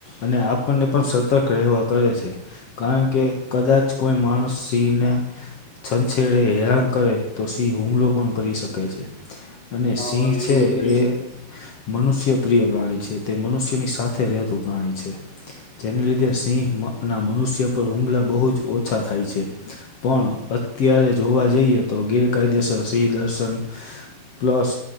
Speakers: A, on the left; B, in the centre.
A: અને આપણને પણ સતર્ક રહેવા કરે છે. કારણ કે કદાચ કોઈ માણસ સિંહને છછેડે હેરાન કરે તો સિંહ હુમલો પણ કરી શકે છે. અને
B: હા
A: સિંહ
B: ભાઈ
A: છે
B: એવું થઈ
A: એ
B: શકે
A: મનુષ્ય પ્રિય પ્રાણી છે તે મનુષ્યની સાથે રહેતું પ્રાણી છે. જેને લીધે સિંહ માં ના મનુષ્ય પર હુમલા બહુ જ ઓછા થાય છે. પણ અત્યારે જોવા જઈએ તો ગેરકાયદેસવર સિંહ દર્શન પ્લસ